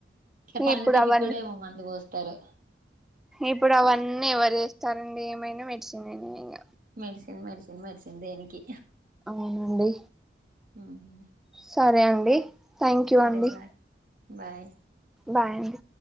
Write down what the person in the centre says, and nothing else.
ఇప్పుడు
అవన్నీ
ఇప్పుడు అవన్నీ ఎవరు చేస్తారండి ఏమైనా మెడిసినే ఇంక
అవునండి
సరే అండి థ్యాంక్ యూ
అండి
బాయ్ అండి